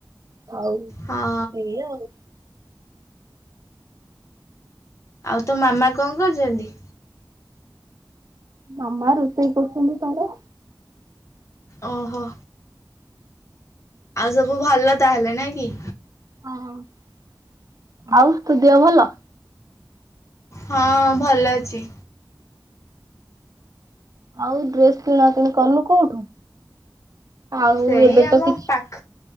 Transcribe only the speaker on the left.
ହଁ
ଆଉ ତୋ ମାମା କଣ କରୁଚନ୍ତି?
ଓହୋ। ଆଉ ସବୁ ଭଲ ତାହେଲେ ନା କି?
ହଁ ଭଲ ଅଛି।
ସେଇ
ଆମ
ପାଖ